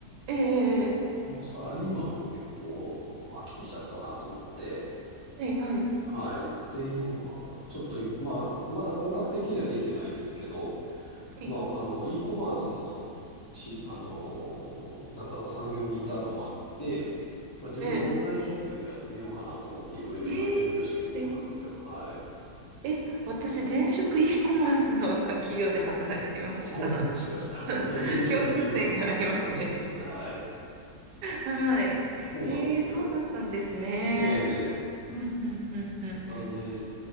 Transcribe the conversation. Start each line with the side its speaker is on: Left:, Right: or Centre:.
Right: ええ、ええ、
Left: もうサラリーマンも結構もう飽きてきちゃったなと思って。
Right: ええはい、はい。
Left: はい。で、今、ちょっと今、まあ、まだ本格的にはできてないんですけど、
Right: はい
Left: まあ、あの、e コマースの、し、あの、なんだろう、産業にいたのもあって、まあ、自分でオンラインショップでもやってみようかなと思っていろいろ今準備をしているところなんですよ。
Right: ええ、ええ素敵。
Left: はい。
Right: え、私、前職 e コマースのか企業で働いていました。
Left: お、<laughs> もしかしたら同じような企業だったりがあるかもしれないですね。
Right: <laughs> 共通点がありますね。
Left: はい。
Right: はい。
Left: そうなんですよ。
Right: ええ、そうだったんですね。
Left: ええ。
Right: うん、うん、うん、うん。
Left: なんで、